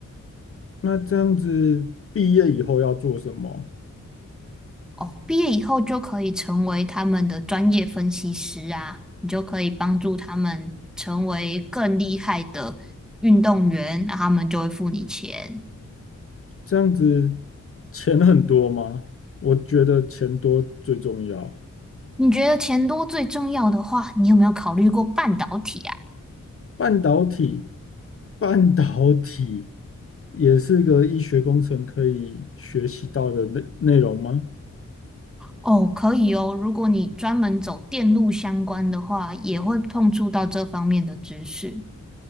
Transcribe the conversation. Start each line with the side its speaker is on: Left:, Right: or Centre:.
Left: 那这样子毕业以后要做什么？
Centre: 哦，毕业以后就可以成为他们的专业分析师啊，你就可以帮助他们成为更厉害的运动员，那他们就会付你钱。
Left: 这样子钱很多吗？我觉得钱多最重要。
Centre: 你觉得钱多最重要的话，你有没有考虑过半导体啊？
Left: 半导体，半导体也是个医学工程可以学习到的内内容吗？
Centre: 哦，可以哦。如果你专门走电路相关的话，也会碰触到这方面的知识。